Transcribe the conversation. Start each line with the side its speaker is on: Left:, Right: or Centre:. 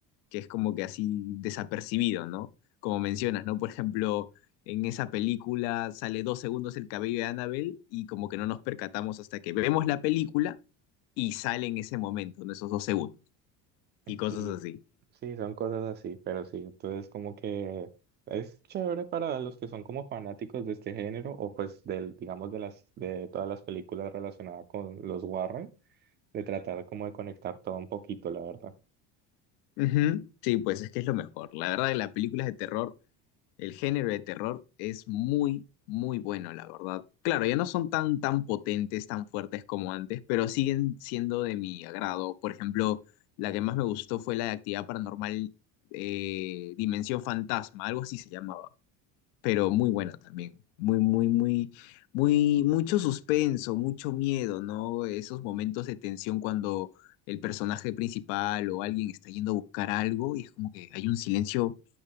Left: que es como que así desapercibido, ¿no? Como mencionas, ¿no? Por ejemplo, en esa película sale dos segundos el cabello de Annabelle y como que no nos percatamos hasta que vemos la película y sale en ese momento, en esos dos segundos y cosas
Right: Sí,
Left: así.
Right: sí, son cosas así, pero sí, entonces como que es chévere para los que son como fanáticos de este género o pues del, digamos, de las, de todas las películas relacionadas con los Warren, de tratar como de conectar todo un poquito, la verdad.
Left: Ujú. Sí, pues es que es lo mejor. La verdad, las películas de terror El género de terror es muy, muy bueno, la verdad. Claro, ya no son tan, tan potentes, tan fuertes como antes, pero siguen siendo de mi agrado. Por ejemplo, la que más me gustó fue la de Actividad Paranormal eh, Dimensión Fantasma, algo así se llamaba pero muy buena también. Muy, muy, muy, muy, mucho suspenso, mucho miedo, ¿no? Esos momentos de tensión cuando el personaje principal o alguien está yendo a buscar algo y es como que hay un silencio